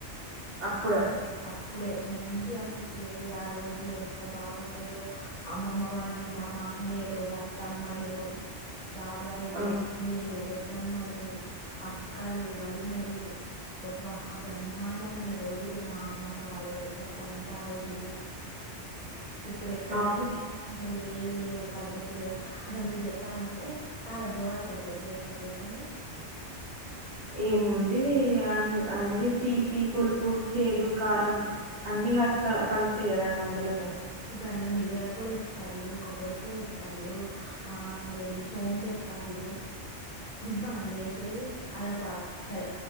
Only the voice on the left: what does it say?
అప్పుడే మంచ్ చీగా అనిపించేది ఆ రోజులెంత బాగుండేదో అమ్మమ్మ వాళ్ళ ఇంట్ల మామయ్యలు అత్ తమ్మలు బాబాయిలు
పిన్నిలు పెద్ ద్దమ్మలు అక్కలు వదినలు అబబ్బ ఆ బ్రహ్మాండమైన రోజుల్ లో మా అమ్మమ్మ వాళ్ళదైతే చెప్పాలంటే ఆ రోజులల్ల ఇప్పుడెక్కడండి
అసల్ అసల్ ఏవి లేవు పద్ధతుల్ లేవ్ అసల్ మీక్ జెప్పాలంటే కాదండి ఉగాది పచ్చడి ఎట్లా చేస్తారు చెప్పండి
ఇప్పుడందల మిరియాల పొడి ఎత్తాలు కొబ్బరి పొడి ఎత్తాలు ఆ అదేంటి సోంపు ఎత్తాలు లు గివ్వా అండి ఏసేది అలా పాప్ సరే